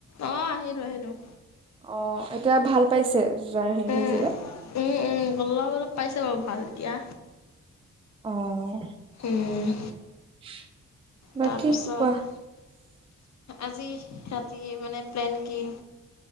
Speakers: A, on the left; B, on the right.
A: অ'! আহিলোঁ, আহিলোঁ।
B: অ'! এতিয়া ভাল পাইছে? যাৰ হেৰি
A: উম
B: হৈছিলে?
A: উম উম অলপ, অলপ পাইছে বাৰু ভাল এতিয়া।
B: অঁ!
A: উম!
B: <inaudible> বাকী
A: তাৰপিছত,
B: কোৱা?
A: আজি ৰাতি মানে প্লেন কি?